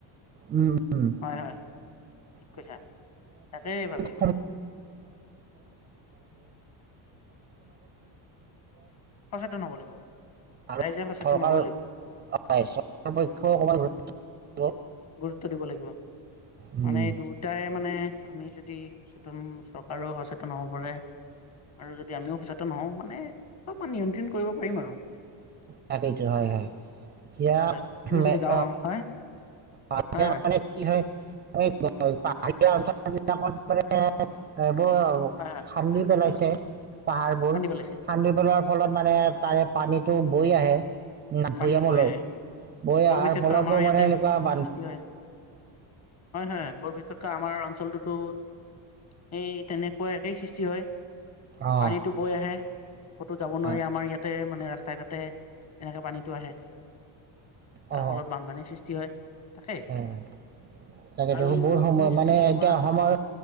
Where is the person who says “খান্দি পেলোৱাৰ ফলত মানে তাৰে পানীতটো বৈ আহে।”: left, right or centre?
Right